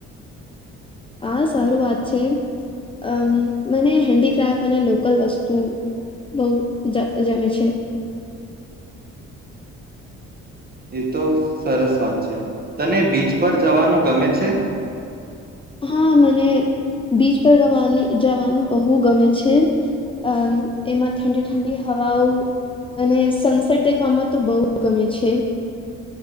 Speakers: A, on the left; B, on the right.
A: આ સારું વાત છે અમ મને હેન્ડીક્રાફ્ટ અને લોકલ વસ્તુ બહ જમે છે.
B: એ તો સરસ વાત છે. તને બીચ પર જવાનું ગમે છે.
A: હા મને બીચ પર ગવાનું જવાનું બહુ ગમે છે અ એમાં ઠંડી ઠંડી હવાઓ અને સનસેટ દેખવામાં તો બહુ ગમે છે